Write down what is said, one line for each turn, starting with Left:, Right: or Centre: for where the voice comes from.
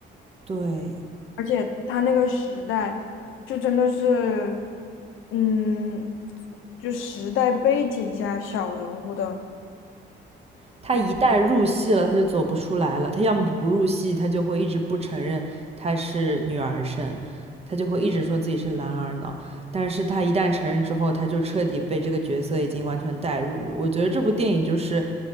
Right: 对。
Left: 而且他那个时代就真的是嗯，就时代背景下小人物的。
Right: 他一旦入戏了，他就走不出来了。他要么不入戏，他就会一直不承认他是女儿身，他就会一直说自己是男儿脑。但是他一旦承认之后，他就彻底被这个角色已经完全带入了。我觉得这部电影就是